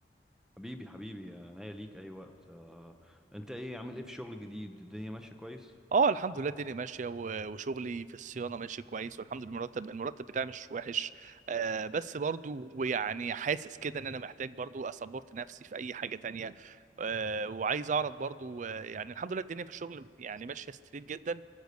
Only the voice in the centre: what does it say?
حبيبي حبيبي انا هي ليك اي وقت آه، انت ايه عامل ايه في الشغل الجديد الدنيا ماشيه كويس